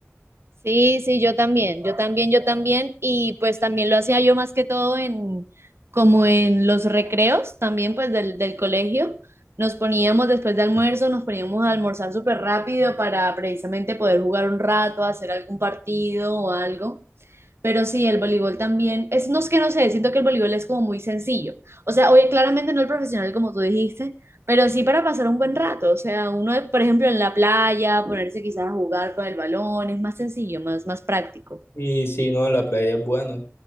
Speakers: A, on the right; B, on the left.
A: Sí, sí, yo también, yo también, yo también, y pues también lo hacía yo más que todo en, como en los recreos también pues del, del colegio, nos poníamos después de almuerzo, nos poníamos a almorzar súper rápido para precisamente poder jugar un rato, hacer algún partido o algo. Pero sí, el voleibol también, es, no es que no sé, siento que el voleibol es como muy sencillo. O sea, oye, claramente no el profesional como tú dijiste, pero sí para pasar un buen rato. O sea, uno, por ejemplo, en la playa, ponerse quizás a jugar con el balón, es más sencillo, más, más práctico.
B: Y sí, no, en la playa es bueno,